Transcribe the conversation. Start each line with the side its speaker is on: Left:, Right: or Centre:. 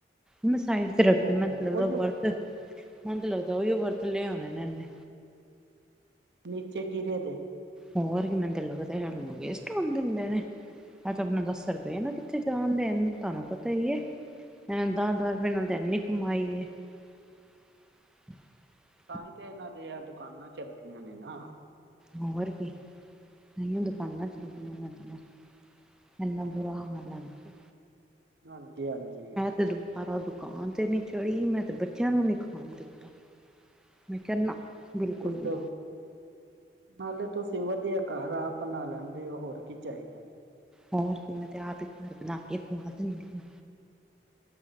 Centre: ਮੈ ਸਾਈਡ ਤੇ ਰਖਤੇ
Right: ਓਹੋ
Centre: ਮੈ ਤੇ ਲੱਗਦਾ
Right: ਉਹੀਓ
Centre: ਵਰਤ, ਮੇਨੋ ਲੱਗਦਾ ਓਈਓ ਵਰਤ ਲੇ ਹੋਣੇ ਏਨੇ।
Right: ਨੀਚੇ ਗੀਰੇ ਦੇ
Centre: ਹੋਰ ਕੇ ਮੈਨੂੰ ਤੇ ਲੱਗਦਾ ਵੇਸਟ ਹੋਣ ਦੇਂਦੇ ਨੇ, ਆ ਆਪਣਾ ਦਸ ਰੁ ਪਏ ਨਾ ਕੀਥੇ ਜਾਣ ਦੇਨ ਧਾਨੂੰ ਪਤਾ ਈ ਐ ਏਨਾ ਨੂੰ ਦਹ-ਦਹ ਰੁਪਏ ਨਾਲ ਤਾਂ ਏਨੀ ਕਮਾਈ ਐ। <inaudible>
Right: ਤਾਹੀ ਤੇ ਨਾਂ ਦੀਆ ਦੁਕਾਨਾਂ ਚਲਗੀਆਂ ਨੇ ਨਾ।
Centre: ਹੋਰ ਕੀ, ਤਾਈਓ ਦੁਕਾਨਾਂ ਚੱਲਦੀਆਂ ਏਨਾ ਦੀਆਂ। ਏਨੁਾਂ ਬੁਰਾ ਹਾਲ ਐ ਏਨਾ ਦਾ।
Right: ਹਾਂਜੀ-ਹਾਜੀ।
Centre: ਤੇ ਦੁਬਾਰਾ ਓ ਦੁਕਾਨ ਤੇ ਨੀ ਚੜ੍ਹੀ ਮੈਂ ਤੇ ਬੱਚੇਆਂ ਨੂੰ ਨੀ ਖਾਣ ਦੀਤਾ। ਮੈਂ ਕੇਆ ਨਾ
Right: <unintelligible>
Centre: ਵੀ
Right: ਨਾਲੇ ਤੁਸੀਂ ਵਧੀਆ ਕਾਰ ਆਪ ਬਣਾ ਲੈਂਦੇ ਓ ਹੋਰ ਕੀ ਚਾਈਦਾ ਐ।
Centre: ਹੋਰ ਕੀ ਮੈ ਤੇ ਆਪ ਹੀ ਕਾਰ ਬਣਾ ਕੇ ਖਵਾ ਦੇਦੀ ਆਂ।